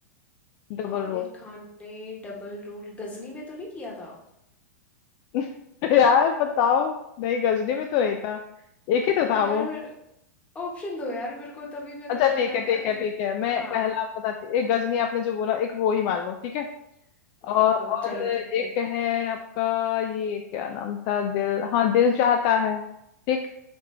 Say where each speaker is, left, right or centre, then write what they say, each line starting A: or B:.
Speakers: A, on the left; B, on the left.
A: डबल
B: आमिर
A: रोल
B: खान ने डबल रोल गजनी में तो नहीं किया था
A: <laughs> यार बताओ नहीं गजनी में तो नहीं था एक ही तो था
B: यार
A: वो
B: मेरे ऑप्शन दो यार मेरे को तभी मैं
A: अच्छा
B: थोड़ा
A: ठीक
B: शायद
A: है ठीक
B: अ-
A: है ठीक है मैं
B: हाँ
A: पहला आप बताती एक गजनी आपने जो बोला एक वो ही मान लो ठीक है और
B: ओहो
A: और
B: चलो
A: एक
B: ठीक है
A: है आपका ये क्या नाम था दिल हाँ दिल चाहता है ठीक